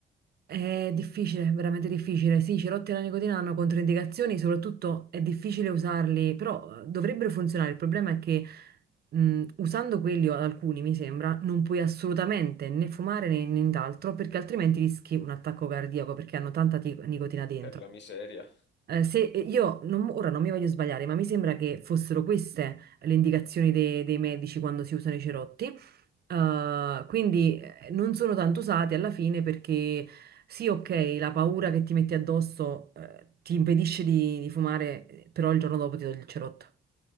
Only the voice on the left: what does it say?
per la miseria.